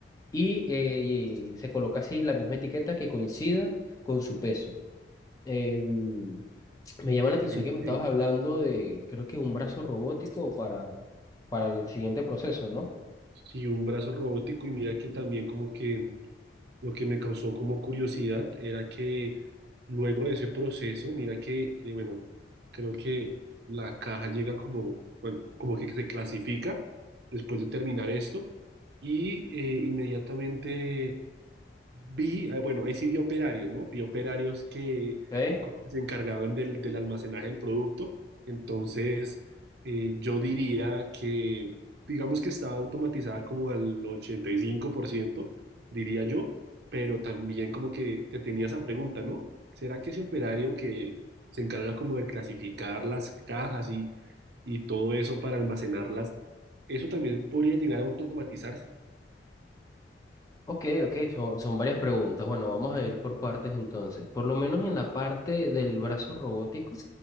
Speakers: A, on the left (about 20°); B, on the right (about 65°).
A: y, eh, y se coloca así la misma etiqueta que coincida con su peso. Em, me llama la atención
B: Ok,
A: que
B: ok.
A: me estabas hablando de, creo que un brazo robótico para, para el siguiente proceso, ¿no?
B: Sí, un brazo robótico y mira que también como que Lo que me causó como curiosidad era que luego de ese proceso, mira que, eh, bueno, creo que la caja llega como, bueno, como que se clasifica después de terminar esto y eh, inmediatamente Vi, eh, bueno, ahí sí vi operarios, ¿no? Vi operarios que
A: Ok,
B: como que se encargaban del, del almacenaje del producto. Entonces, eh, yo diría que, digamos que estaba automatizada como al 85%, diría yo, pero también como que te tenía esa pregunta, ¿no? ¿Será que ese operario que se encarga como de clasificar las cajas y, y todo eso para almacenarlas, eso también podría llegar a automatizarse?
A: ok, ok, son, son varias preguntas. Bueno, vamos a ir por partes entonces. Por lo menos en la parte del brazo robótico,